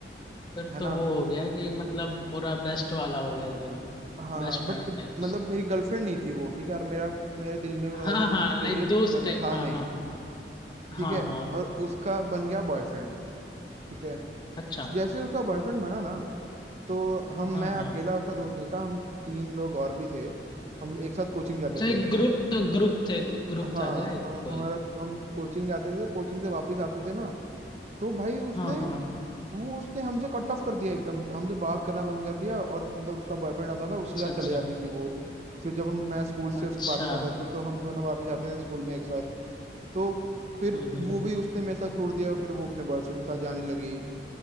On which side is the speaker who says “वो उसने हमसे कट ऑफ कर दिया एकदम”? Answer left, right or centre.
Right